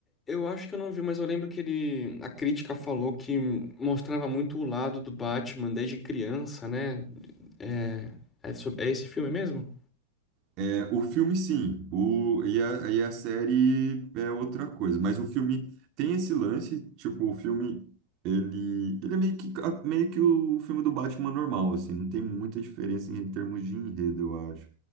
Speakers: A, on the left; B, on the right.
A: Eu acho que eu não vi, mas eu lembro que ele. A crítica falou que mostrava muito o lado do Batman desde criança, né? É, é, sob- é esse filme mesmo?
B: É, o filme, sim. O, e, a, e a série é outra coisa. Mas o filme tem esse lance, tipo, o filme, ele, ele é meio que, a- meio que o filme do Batman normal, assim. Não tem muita diferença em termos de enredo, eu acho.